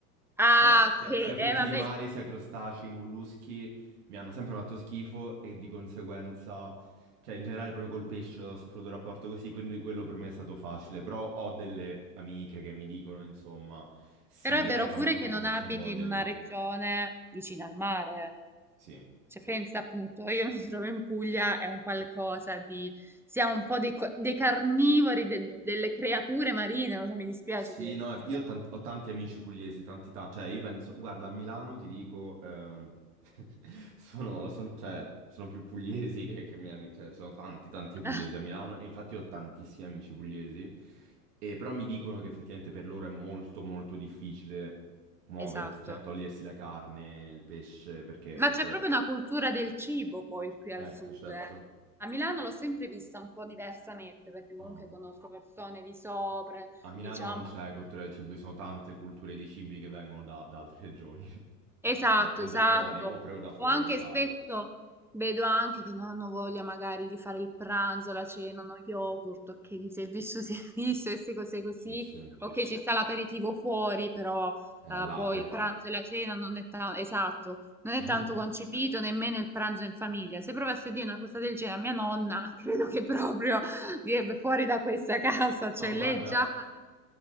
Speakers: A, in the centre; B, on the right.
A: Ah,
B: Cioè, sia,
A: ok. Eh,
B: sia frutti
A: vabbè,
B: di mare, sia crostacei, molluschi mi hanno sempre fatto schifo e di conseguenza, cioè in generale proprio col pesce ho sempre avuto un rapporto così, quindi quello per me è stato facile. Però ho delle amiche che mi dicono, insomma, sì,
A: però è vero
B: eh, quanto
A: sì. pure
B: ho
A: che non abiti
B: voglia
A: in una
B: di...
A: regione vicina al mare.
B: Sì.
A: Cioè, pensa appunto, io mi trovo in Puglia, è un qualcosa di... Siamo un po' dei, co- dei carnivori, de- delle creature marine, non so, mi dispiace
B: Sì,
A: dire
B: no,
A: così,
B: io
A: però...
B: ho tanti, ho tanti amici pugliesi, tanti, ta- cioè io penso, guarda, a Milano ti dico, ehm, <laughs> sono, son- cioè, sono più pugliesi che, che milani, cioè sono tanti, tanti
A: <laughs>
B: pugliesi a Milano e infatti ho tantissimi amici pugliesi, e però mi dicono che effettivamente per loro è molto, molto difficile muoversi,
A: Esatto.
B: cioè togliersi la carne, il pesce, perché
A: Ma
B: proprio...
A: c'è proprio una cultura del cibo poi qui
B: Certo,
A: al sud,
B: certo.
A: eh. A Milano l'ho sempre vista un po' diversamente, perché comunque
B: No.
A: conosco persone di sopra,
B: A Milano
A: diciamo.
B: non c'è cultura del cibo, ci sono tante culture di cibi che vengono da, da altre regioni, <laughs> o,
A: Esatto,
B: o pre- o
A: esatto.
B: da fuori, o proprio da fuori
A: O anche
B: all'Italia.
A: spesso vedo anche che non hanno voglia magari di fare il pranzo, la cena, uno yogurt, ok, chi si è visto si è <laughs> visto e se cos'è così,
B: Sì, sì. Eh,
A: ok, ci sta l'aperitivo fuori, però
B: l'ape.
A: eh, poi il pranzo e la cena non è tanto, esatto, non
B: <laughs>
A: è tanto concepito nemmeno il pranzo in famiglia. Se provasse a dire una cosa del genere a mia nonna, <laughs> credo che proprio direbbe fuori da questa casa, cioè
B: No, guarda,
A: lei già quando...